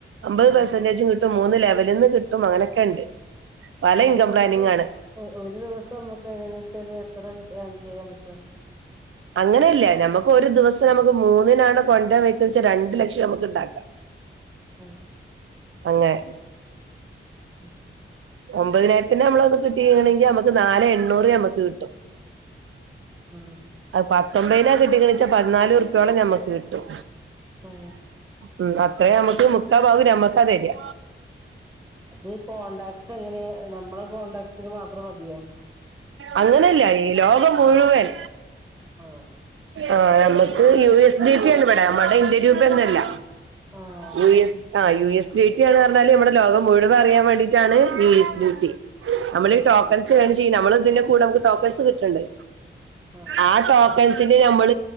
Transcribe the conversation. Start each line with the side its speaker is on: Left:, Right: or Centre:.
Right: അമ്പത്
Centre: ആഹ്
Right: പെർസെന്റേജും കിട്ടും മൂന്ന് ലെവലിൽ നിന്ന് കിട്ടും അങ്ങനെയൊക്കെ ഉണ്ട്
Centre: അപ്പൊ
Right: പല
Centre: ഒരു
Right: ഇൻകം
Centre: ദിവസം
Right: പ്ലാനിങ് ആണ്
Centre: ഒരു ദിവസം നമുക്ക് ഏകദേശം ഇത്രിട്ട ചെയ്യാൻ പറ്റും
Right: അങ്ങനെല്ല നമുക്ക് ഒരു ദിവസം
Centre: ആഹ്
Right: നമുക്ക് മൂന്നിനാണ് കൊണ്ട വ രണ്ട് ലക്ഷം നമുക്ക് ഉണ്ടാക്കാം
Centre: ഉം
Right: അങ്ങനെ
Centre: ഉഹ
Right: ഒമ്പതിനായിരത്തിന് നമ്മളൊന്ന് കിട്ടിണെങ്കിൽ നമ്മുക്ക് നല് എണ്ണൂറ് നമ്മുക്ക് കിട്ടും
Centre: ഉം
Right: പത്തൊമ്പതിനാ കിട്ട കണിച്ചാ പതിനാലല്റുപോളം ഞമ്മക്ക് കിട്ടും
Centre: ആഹ്
Right: ഉ അത്രേ നമുക്ക് മുക്കാ പാവു നമ്മക്ക് തരിക
Centre: അത് കോണ്ടാക്ട്സ് എങ്ങനെ നമ്മള കോടാക്ട്സിന് മാത്രം മതിയോ
Right: അങ്ങനല്ല ഈ ലോകം മുഴുവൻ
Centre: ആഹ
Right: ആ ഞമ്മുക്ക് യു എസ് ഡിപ ആണ് ഇവിടെ നമ്മുടെ ഇന്ത്യ രവൂപ ഒന്നല്ല
Centre: ആഹ്
Right: യഎസ് ആ യു എസ് ഡ്യൂട്ടി ആന്ന് പറഞ്ഞാല് ഇമ്മടെ ലോകം മുഴുവൻ അറിയൻ വേണ്ടിട്ടാണ് യു എസ് ഡ്യൂട്ടി നമ്മൾഈ
Centre: ആഹ്
Right: ടോക്കൻസ് വേണം ചെയ്യ നമ്മള് ഇതിന്റെ കൂടെ നമുക്ക് ടോക്കൻസ് കിട്ടണ്ട്
Centre: ആഹ്
Right: ആ ടോക്കൻസ് നമ്മൾ